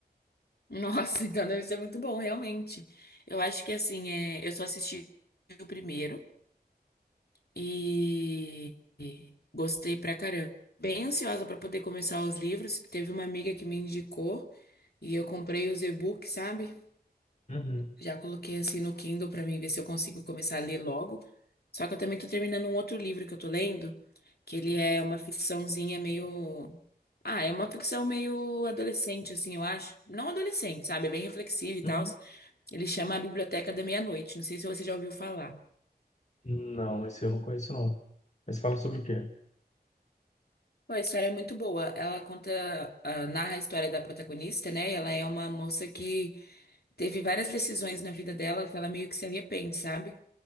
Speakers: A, on the left; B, on the left.
A: Nossa, <laughs> então deve ser muito bom, realmente. Eu acho que assim, é... eu só assisti o primeiro e, e gostei pra caramba. Bem ansiosa pra poder começar os livros. Teve uma amiga que me indicou e eu comprei os e-books, sabe?
B: Uhum.
A: Já coloquei assim no Kindle pra mim ver se eu consigo começar a ler logo. Só que eu também tô terminando um outro livro que eu tô lendo, que ele é uma ficçãozinha meio. Ah, é uma ficção meio adolescente, assim, eu acho. Não adolescente, sabe? É bem reflexivo e tal.
B: Uhum.
A: Ele chama A Biblioteca da Meia-Noite. Não sei se você já ouviu falar.
B: Não, esse eu não conheço, não. Mas fala sobre o quê?
A: Pô, a história é muito boa. Ela conta, ah, narra a história da protagonista, né? E ela é uma moça que teve várias decisões na vida dela que ela meio que se arrepende, sabe?